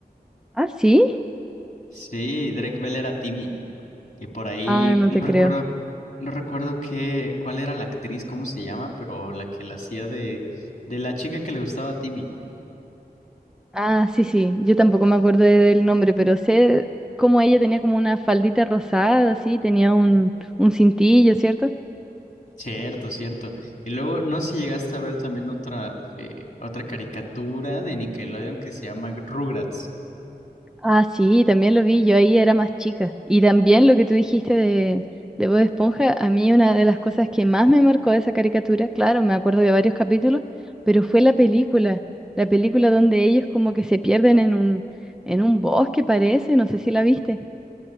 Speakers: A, in the centre; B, on the left.
A: Ah, sí.
B: Sí, Drake Bell era Timmy. Y por ahí,
A: Ah, no
B: no
A: te creo.
B: recuerdo, no recuerdo qué, cuál era la actriz, cómo se llama, pero la que la hacía de, de la chica que le gustaba a Timmy.
A: Ah, sí, sí, yo tampoco me acuerdo de- del nombre, pero sé cómo ella tenía como una faldita rosada, así, tenía un, un cintillo, ¿cierto?
B: Cierto, cierto. Y luego, no sé si llegaste a ver también otra, eh, otra caricatura de Nickelodeon que se llama Rugrats.
A: Ah, sí, también lo vi, yo ahí era más chica. Y también lo que tú dijiste de, de Bob Esponja, a mí una de las cosas que más me marcó de esa caricatura, claro, me acuerdo de varios capítulos, pero fue la película, la película donde ellos como que se pierden en un, en un bosque, parece, no sé si la viste.